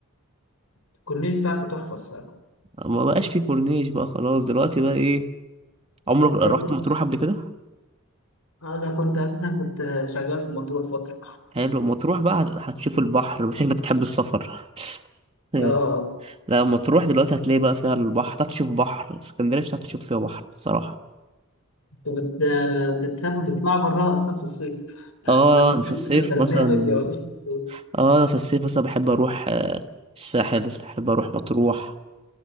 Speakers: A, on the left; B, on the right.
A: الكورنيش بتاعك تحفه الصراحه
B: ما بقاش في كورنيش بقى خلاص دلوقتي بقى ايه عمرك
A: إنت
B: رحت
A: إيه اللي
B: مطروح
A: حصل؟
B: قبل كده
A: انا كنت اساسا كنت شغال في مطروح فتره
B: حلو مطروح بقى هتشوف البحر شكلك بتحب السفر <laughs>
A: لا
B: إيه. لا مطروح دلوقتي هتلاقي بقى فيها البحر هتعرف تشوف بحر اسكندريه مش هتعرف تشوف فيها بحر صراحه
A: وبت... بتسافر بيطلعوا براها اصلا في الصيف انا
B: اه
A: سمعت
B: انا في
A: ان
B: الصيف
A: الاسكندرانيه
B: مثلا
A: ما بيقعدوش في الصيف
B: اه انا في الصيف مثلا بحب اروح آه، الساحل بحب اروح مطروح